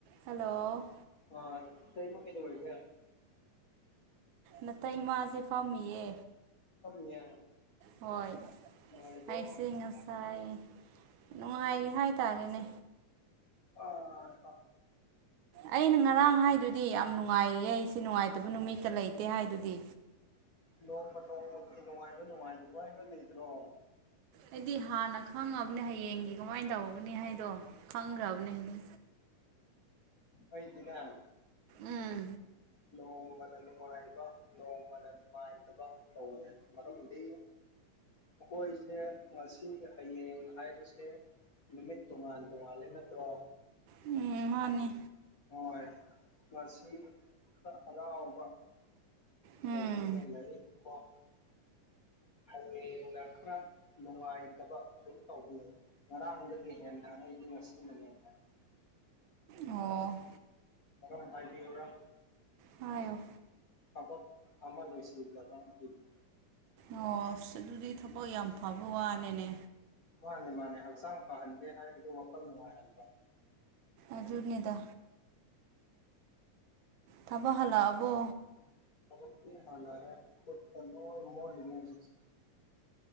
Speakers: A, on the right; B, on the left.
A: Hello
B: ꯑ ꯇꯩꯃ ꯀꯩꯗꯧꯔꯤꯒꯦ?
A: ꯅꯇꯩꯃꯥꯁꯦ ꯐꯝꯃꯤꯌꯦ꯫
B: ꯐꯝꯃꯤꯌꯦ
A: ꯍꯣꯏ
B: ꯅꯨꯡꯉꯥꯏꯔꯤꯕꯣ
A: ꯑꯩꯁꯤ ꯉꯁꯥꯏ ꯅꯨꯡꯉꯥꯏꯔꯤ ꯍꯥꯏꯇꯥꯔꯦꯅꯦ꯫
B: ꯑꯥꯏ ꯍꯥ
A: ꯑꯩꯅ ꯉꯔꯥꯡ ꯍꯥꯏꯗꯨꯗꯤ ꯌꯥꯝ ꯅꯨꯡꯉꯥꯏꯔꯤꯌꯦ ꯑꯩꯁꯦ ꯅꯨꯡꯉꯥꯏꯇꯕ ꯅꯨꯃꯤꯠꯀ ꯂꯩꯇꯦ ꯍꯥꯏꯗꯨꯗꯤ꯫
B: ꯅꯣꯡꯃ ꯅꯣꯡꯃꯒꯤ ꯅꯨꯡꯉꯥꯏꯕ ꯅꯨꯡꯉꯥꯏ ꯅꯨꯉꯥꯏꯕ ꯂꯩꯇ꯭ꯔꯣ?
A: ꯑꯩꯗꯤ ꯍꯥꯟꯅ ꯈꯪꯉꯕꯅꯦ ꯍꯌꯦꯡꯒꯤ ꯀꯃꯥꯏꯅ ꯇꯧꯒꯅꯤ ꯍꯥꯏꯗꯣ ꯈꯪꯈ꯭ꯔꯕꯅꯦ ꯑꯩꯗꯤ꯫
B: ꯑꯩꯗꯤꯅꯦ
A: ꯎꯝ
B: ꯅꯣꯡꯃꯅ ꯅꯨꯡꯉꯥꯏꯕ ꯅꯣꯡꯃꯅ ꯅꯨꯡꯉꯥꯏꯇꯕ ꯇꯧꯔꯦ ꯃꯔꯝꯗꯤ ꯑꯈꯣꯏꯁꯦ ꯉꯁꯤ ꯍꯌꯦꯡ ꯍꯥꯏꯕꯁꯦ ꯅꯨꯃꯤꯠ ꯇꯣꯉꯥꯟ ꯇꯣꯡꯉꯥꯜꯂꯦ ꯅꯠꯇ꯭ꯔꯣ?
A: ꯎꯝ ꯃꯥꯅꯤ
B: ꯍꯣꯏ ꯉꯁꯤ ꯈꯔ ꯍꯔꯥꯎꯕ꯫ <unintelligible>
A: ꯎꯝ
B: ꯍꯌꯦꯡꯅ ꯈꯔ ꯅꯨꯡꯉꯥꯏꯇꯕ ꯑꯗꯨꯝ ꯇꯧꯕꯅꯤ꯫ ꯉꯔꯥꯡꯗꯒꯤ ꯍꯦꯟꯅ ꯑꯩꯗꯤ ꯉꯁꯤꯅ ꯅꯨꯉꯥꯏ꯫
A: ꯑꯣ
B: ꯃꯔꯝ ꯍꯥꯏꯕꯤꯌꯨꯔ
A: ꯍꯥꯌꯣ
B: ꯊꯕꯛ ꯑꯃ ꯂꯣꯏꯁꯤꯜꯂꯕ ꯑꯗꯨꯒꯤ꯫
A: ꯑꯣꯁ ꯑꯗꯨꯗꯤ ꯊꯕꯛ ꯌꯥꯝ ꯐꯕ ꯋꯥꯅꯦꯅꯦ꯫
B: ꯃꯥꯅꯦ ꯃꯥꯅꯦ ꯍꯛꯆꯥꯡ ꯐꯍꯟꯒꯦ ꯍꯥꯏꯔꯒꯗꯤ ꯋꯥꯈꯜ ꯅꯨꯡꯉꯥꯏꯍꯟꯕ꯫
A: ꯑꯗꯨꯅꯦꯗ ꯊꯥꯕꯛ ꯍꯥꯜꯂꯛꯑꯕꯣ?
B: ꯊꯕꯛꯇꯤ ꯍꯜꯂꯛꯑꯦ ꯈꯨꯠꯀ ꯂꯣꯏ ꯃꯣꯠꯂꯤ ꯍꯧꯖꯤꯛꯁꯦ